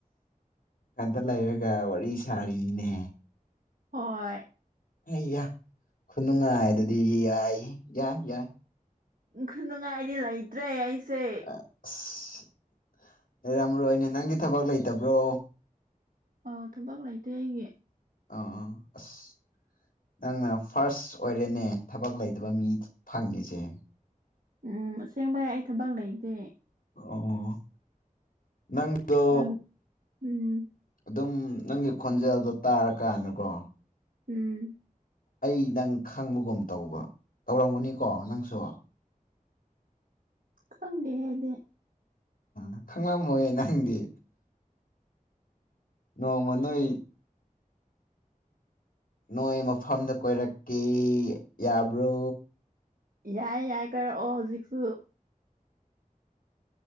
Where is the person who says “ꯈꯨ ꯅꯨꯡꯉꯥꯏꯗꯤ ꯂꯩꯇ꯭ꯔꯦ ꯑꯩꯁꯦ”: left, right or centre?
Right